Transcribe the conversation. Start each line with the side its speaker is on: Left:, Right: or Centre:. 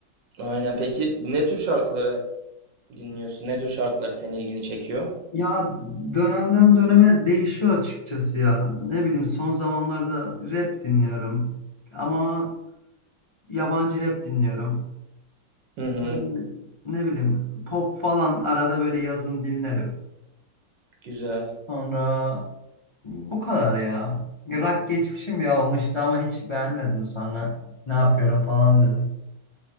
Right: Aynen. Peki ne tür şarkıları dinliyorsun? Ne tür şarkıları senin ilgini çekiyor?
Left: Ya dönemden döneme değişiyor açıkçası ya. Ne bileyim son zamanlarda rap dinliyorum ama yabancı rap dinliyorum.
Right: Hı hı.
Left: Böyle ne bileyim pop falan arada böyle yazın dinlerim.
Right: Güzel.
Left: Sonra bu kadar ya. Rock geçmişim bir olmuştu ama hiç beğenmedim sonra. Ne yapıyorum falan dedim.